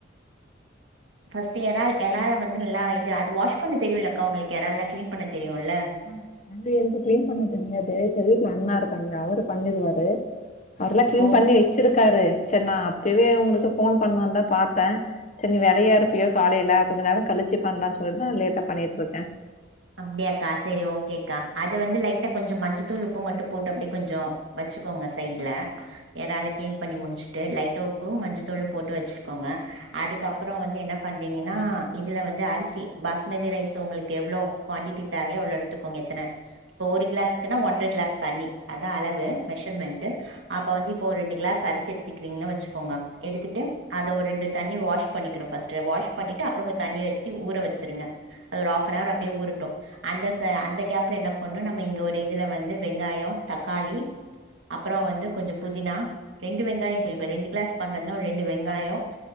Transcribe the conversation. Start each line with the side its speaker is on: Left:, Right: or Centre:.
Right: ஃபர்ஸ்ட் யெரால் எல்லார வந்து நல்லா இது அது வாஷ் பண்ண தெரியுலக்கா உங்களுக்கு எறால்லா கிளீன் பண்ண தெரியுல
Left: ஆ வந்து எனக்கு கிளீன் பண்ண தெரியாது இப்ப வீட்ல அண்ணா இருக்காங்க அவரு பண்ணிடுவாரு அவர் எல்லா கிளீன்
Right: ஓகே
Left: பண்ணி வெச்சிருக்காரு சரி நா அப்பவே உங்களுக்கு ஃபோன் பண்ணுந்தா பாத்தே சரி நீ வேலையா இருப்பியோ காலையில கொஞ்ச நேரம்ஓ களிச்சு பண்லா சொல்லிட்டுதா லேட்டா பண்ணிட்டு இருக்கே
Right: அப்டியாக்கா சரி ஓகேக்கா அத வந்து லைட்டா கொஞ்சொ மஞ்சத்தூள் உப்பு மட்டு போட்டு அப்டியே கொஞ்சோ வச்சுக்கோங்க சைட்ல ஏறால கிளீன் பண்ணி முடிச்சுட்டு லைட்ட உப்பு மஞ்சத்தூளு போட்டு வச்சுக்கோங்க அதுக்கப்புறோ
Left: ஆ சரி
Right: வந்து என்ன பண்றீங்கன்னா இதுல வந்து அரிசி பாஸ்மதி ரைஸ் உங்களுக்கு எவ்ளோ குவாண்டிட்டி தேவையோ அவ்ளோ எடுத்துகோங்க இத்தன இப்ப ஒரு கிளாஸ்க்குன்னா ஒன்ர கிளாஸ் தண்ணி அதா அளவு மெஷர்மெண்ட்டு அப்ப வந்து இப்போ ஒரு ரெண்டு கிளாஸ் அரிசி எடுத்துக்கிறீங்கன்னு வெச்சுக்கோங்க எடுத்துட்டு அத ஒரு ரெண்டு தண்ணி வாஷ் பண்ணிக்கணு ஃபர்ஸ்ட்டு வாஷ் பண்ணிட்டு அப்புற கொ தண்ணிய விட்டு ஊர வெச்சுருங்க அது ஒரு ஆஃப் அன் ஆர் அப்டியே ஊரு ட்டு அந்த ச அந்த கேப்ல என்ன பண்ணு நம்ம இங்க ஒரு இதுல வந்து வெங்காயோ தக்காளி அப்புறோ வந்து கொஞ்சொ புதினா ரெண்டு வெங்காய புயு இப்போ ரெண்டு கிளாஸ் பண்ணணு ரெண்டு வெங்காயொ